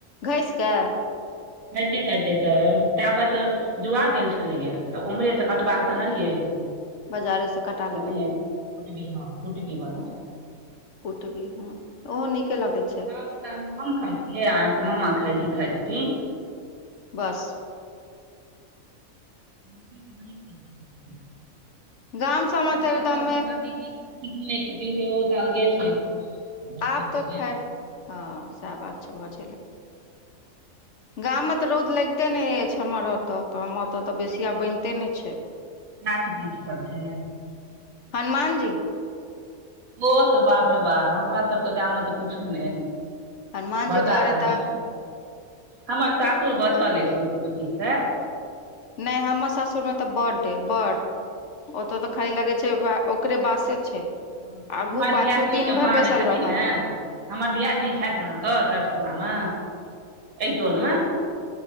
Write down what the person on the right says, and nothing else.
खाइते खाइते क ताबत जुआ गेल छलैया तऽ उम्हरे से कटबा कऽ अनलियै <unintelligible>
हँ
कटबी बला
तब हम खाइ छियै आ अहाँके मामा ई खााय छथिन
<unintelligible>
<unintelligible> नहि
खती से ओ चालगे छै गलती
भ गेल
<inaudible>
गाछ वृक्ष सब छै
ओहे बाप र बा हमरा सबके गाम मे तऽ पुछू ने
बड़का
गाममे
हमर सासुर बचल अछि ओइ चीज से
<unintelligible>
हमर
दियादिनीके
माँ
जे छथिन
ने हमर दियादनी छथि ने तऽ सरसीमा मे एहि टोलमे